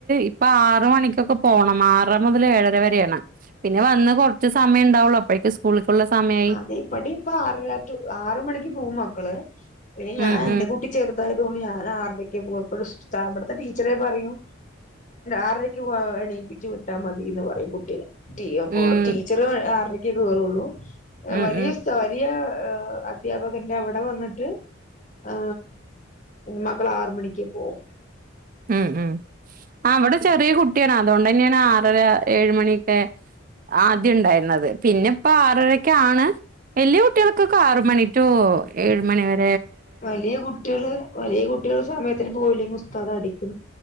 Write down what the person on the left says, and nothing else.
അതെ ഇപ്പടി ഇപ്പൊ ആറര ആറ് മണിക്ക് പോകും മക്കള്. പിന്നെ ഞാൻ
എന്റെ
കൂട്ടി ചെറുതായത് കൊണ്ട് ഞാൻ ആറരക്കെ പോത്തോളു ടീച്ചറ് പറയും. ആറരക്ക് എണീപ്പിച്ചു വിട്ടാ മതിന്ന് പറയും
ഓടെ ടീച്ചർ ആറരക്കെ കയറുള്ളൂ
വലിയ
വലിയ അധ്യാപകന്റെ അവിടെ വന്നിട്ട് ആ, മക്കള് ആറ് മണിക്ക് പോവും.
വലിയ കുട്ടികള്, വലിയ കുട്ടികള് സമയത്തിന് പോയില്ലങ്കി ഉസ്താദ് അടിക്കു